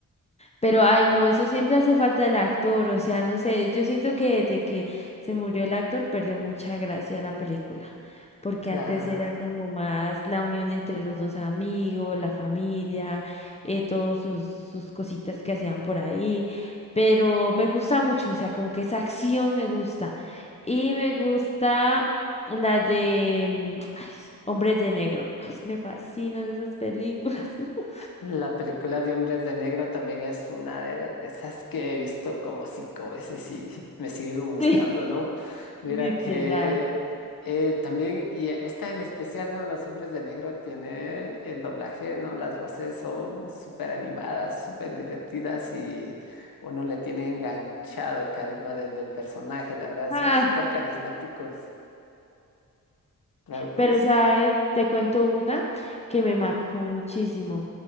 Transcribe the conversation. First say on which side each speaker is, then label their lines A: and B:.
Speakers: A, on the left; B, on the left.
A: Pero, ay, no, eso siempre hace falta el actor, o sea, no sé, yo siento que desde que se murió el actor perdió mucha gracia la película, porque
B: Claro.
A: antes era como más la unión entre los dos amigos, la familia, eh, todos sus, sus cositas que hacían por ahí, pero me gusta mucho, o sea, como que esa acción me gusta, y me gusta la de mm, <tsk> ay, Hombres de Negro, ay, me fascinan esas películas, <laughs>
B: La película de Hombres de Negro también es una de, la- de esas que he visto como cinco veces y me sigue gustando,
A: Sí.
B: ¿no? Mira
A: literal.
B: que eh, también, y esta en especial, ¿no? Los Hombres de Negro tiene el doblaje, ¿no? Las voces son súper animadas, súper divertidas y uno le tiene enganchado el carisma de- del personaje, la verdad,
A: Ah,
B: son súper carismáticos. Claro, pues.
A: Pero, ¿sabes? Te cuento una que me marcó muchísimo.